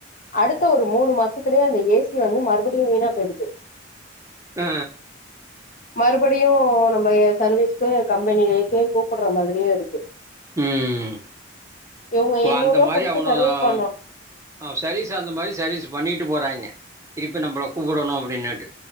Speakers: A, on the left; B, on the right.
A: அடுத்த ஒரு மூணு மாசத்துலயே அந்த ஏ சி சி வந்து மறுபடியும் வீணா போய்டுது
B: ஆ
A: மறுபடியும் நம்ம சர்வீஸ்க்கு கம்பெனிக்கே கூப்புடுற மாதிரியு இருக்கு
B: ம்
A: இவங்க எண்ணூறு
B: அந்த
A: ரூவா
B: மாரி
A: குடுத்து
B: அவனுவோ
A: சர்வீஸ் பண்ணோ
B: சர்வீஸ் அந்த மாரி சர்வீஸ் பண்ணிட்டு போறாயிங்க திருப்பி நம்மள கூப்புடணு அப்பிடின்னுட்டு